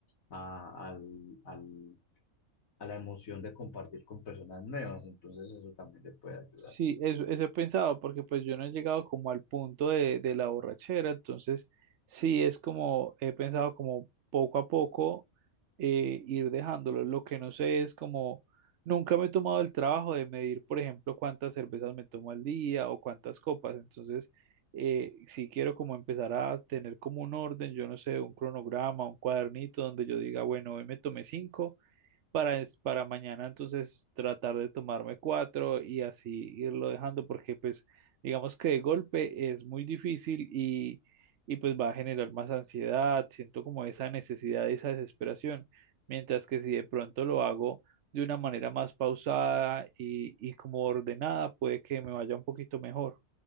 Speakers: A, on the left; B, on the right.
A: a- al, al a la emoción de compartir con personas nuevas, entonces eso también le puede ayudar.
B: Sí, eso, eso he pensado, porque pues yo no he llegado como al punto de, de la borrachera, entonces sí es como he pensado como poco a poco eh, ir dejándolo. Lo que no sé es como nunca me he tomado el trabajo de medir, por ejemplo, cuántas cervezas me tomo al día o cuántas copas, entonces eh, sí quiero como empezar a tener como un orden, yo no sé, un cronograma, un cuadernito donde yo diga, bueno, hoy me tomé cinco para, es- para mañana entonces tratar de tomarme cuatro y así irlo dejando porque pues digamos que de golpe es muy difícil y, y pues va a generar más ansiedad, siento como esa necesidad, esa desesperación, mientras que si de pronto lo hago de una manera más pausada y, y como ordenada puede que me vaya un poquito mejor.